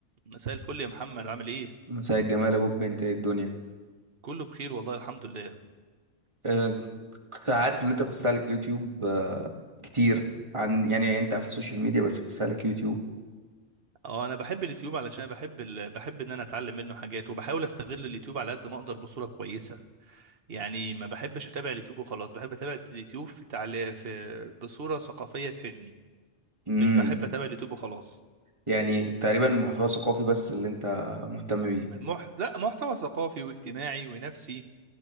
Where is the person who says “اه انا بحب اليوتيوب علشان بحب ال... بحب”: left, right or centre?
Right